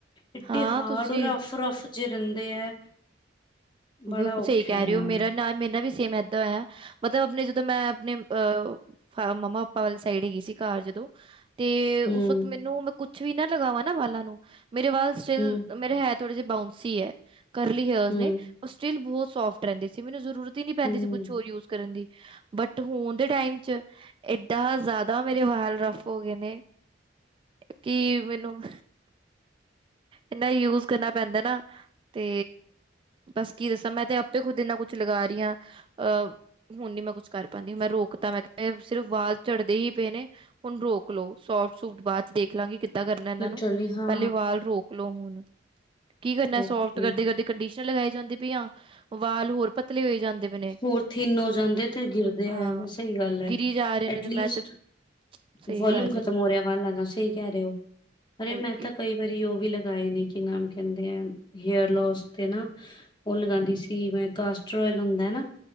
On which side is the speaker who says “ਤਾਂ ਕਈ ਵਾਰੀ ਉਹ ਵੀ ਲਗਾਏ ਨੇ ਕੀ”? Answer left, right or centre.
Left